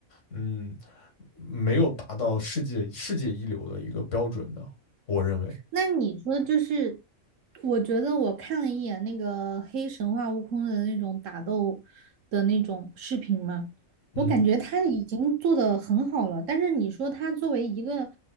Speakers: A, on the left; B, on the right.
A: 嗯，没有达到世界世界一流的一个标准的，我认为，
B: 那你说就是，我觉得我看了一眼那个黑神话悟空的那种打斗的那种视频嘛，
A: 嗯
B: 我感觉他已经做得很好了。但是你说他作为一个